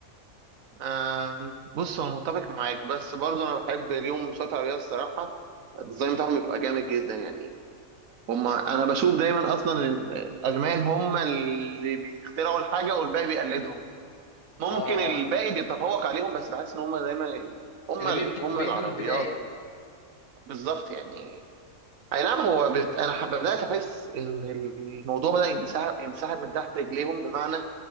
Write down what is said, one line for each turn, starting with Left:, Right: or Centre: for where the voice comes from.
Right: آم، بص أنا متفق معاك بس برضه أنا بحب اليوم مسابقات العربية الصراحة الديزاين بتاعهم بيبقى جامد جدا يعني هما أنا بشوف دايما أصلا ال- الألمان هما اللي بيخترعوا الحاجة والباقي بيقلدهم ممكن
Left: اه
Right: الباقي
Left: اه
Right: بيتفوق عليهم بس بحس إن هما دايما ال... هما
Left: اللي بيبدوا
Right: ال... هما
Left: بيدوا
Right: العربيات
Left: البدايه
Right: بالظبط يعني أي نعم هو بت... أنا ح- بدأت أحس إن الموضوع بدأ ينسحب ينسحب من تحت رجليهم بمعنى